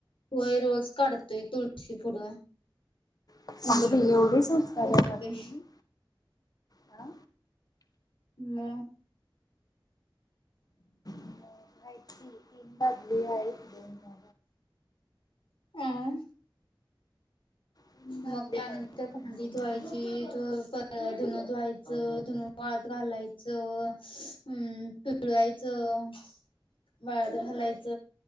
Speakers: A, on the left; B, on the left.
A: होय रोज काढतोय तुळशी पुढ
B: अगं
A: उंबरा
B: बाई एवढे संस्कारी
A: पुजते
B: आहात तुम्ही हा.
A: मग
B: माहिती तीन बादली आहे दोन <inaudible>
A: आं
B: तीन बादली
A: मग त्यानंतर
B: आहेत दोन
A: भांडी
B: मग
A: धुवायची
B: आहेत
A: धुन धुवायच धुन वाळत घालायच ह् पिळायचं वाळत घालायच